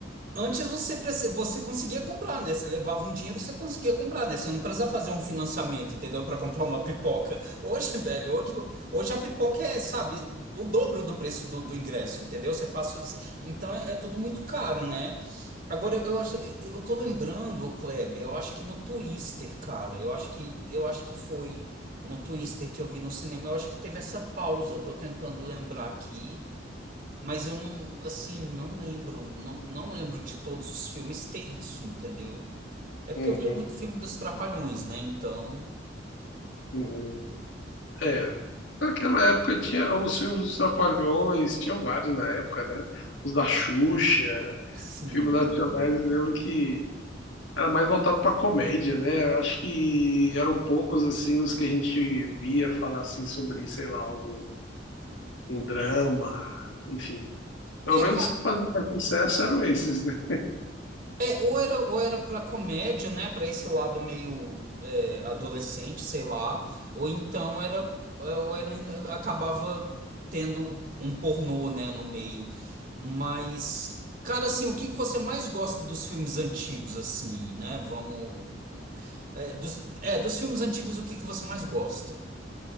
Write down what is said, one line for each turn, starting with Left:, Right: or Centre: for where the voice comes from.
Right: Antes você, prece- você conseguia comprar, né? Você levava um dinheiro, você conseguia comprar, né? Você não precisava fazer um financiamento, entendeu? Para comprar uma pipoca. Hoje, <laughs> velho, hoje, hoje a pipoca é, sabe, o dobro do preço do, do ingresso, entendeu? Você passa. Então é, é tudo muito caro, né? Agora eu eu acho, eu tô lembrando, ô Kleber, eu acho que no Twister, cara, eu acho que eu acho que foi no Twister que eu vi no cinema, eu acho que teve essa pausa. Tô tentando lembrar aqui. Mas eu não, assim, não lembro, não, não lembro de todos os filmes ter isso, entendeu? É porque
Left: Uhum,
Right: eu via muito filme dos Trapalhões, né? Então,
Left: uhum. É, naquela época tinha os filmes dos Trapalhões, tinham vários na época, né? Os da Xuxa,
Right: sim.
Left: filmes nacionais, eu lembro que era mais voltado para comédia, né? Acho que eram poucos assim os que a gente via falar assim sobre, sei lá, algo, um drama, enfim. Pelo
Right: é
Left: menos
Right: cara
Left: os que faziam mais sucesso eram esses, né?
Right: É, ou era, ou era para comédia, né? Para esse lado meio é, adolescente, sei lá, ou então era, ou era, acabava tendo um pornô, né, no meio. Mas, cara, assim, o que que você mais gosta dos filmes antigos, assim, né? Vamos. o- É, dos, é, dos filmes antigos, o que que você mais gosta?